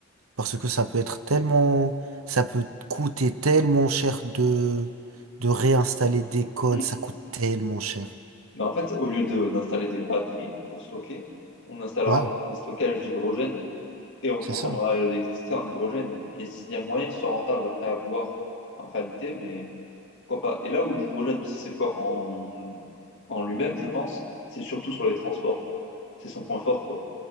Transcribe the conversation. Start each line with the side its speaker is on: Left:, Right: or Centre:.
Right: parce que ça peut être tellement ça peut coûter tellement cher de de réinstaller des cônes
Left: Mm.
Right: ça coûte tellement cher
Left: Mais en fait, au lieu de- d'installer des batteries pour stocker, on installera
Right: ouais
Left: des stockages d'hydrogène et on
Right: c'est
Left: transformera
Right: ça
Left: l'électricité en hydrogène. Et s'il y a moyen que ce soit rentable après à voir en réalité, mais pourquoi pas. Et là où l'hydrogène aussi c'est fort en, en lui-même, je pense, c'est surtout sur les transports. C'est son point fort quoi.